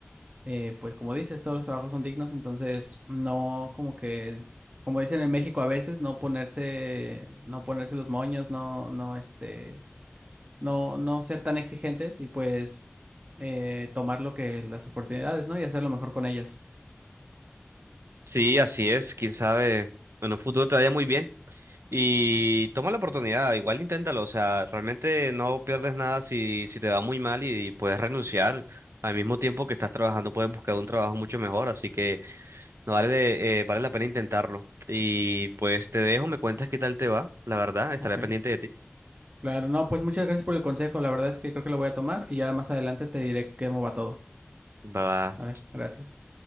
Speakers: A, on the right; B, on the right.
A: eh, pues como dices, todos los trabajos son dignos, entonces no como que, como dicen en México a veces, no ponerse, no ponerse los moños, no, no este no, no ser tan exigentes y pues eh, tomar lo que las oportunidades, ¿no? Y hacerlo mejor con ellas.
B: Sí, así es, quién sabe. Bueno, el futuro te vaya muy bien y toma la oportunidad, igual inténtalo, o sea, realmente no pierdes nada si, si te va muy mal y, puedes renunciar. Al mismo tiempo que estás trabajando, puedes buscar un trabajo mucho mejor, así que no vale, eh, vale la pena intentarlo. Y pues te dejo, me cuentas qué tal te va, la verdad, estaré
A: Ok.
B: pendiente de ti.
A: Claro, no, pues muchas gracias por el consejo. La verdad es que creo que lo voy a tomar y ya más adelante te diré cómo va todo.
B: Bye bye.
A: Vale, gracias.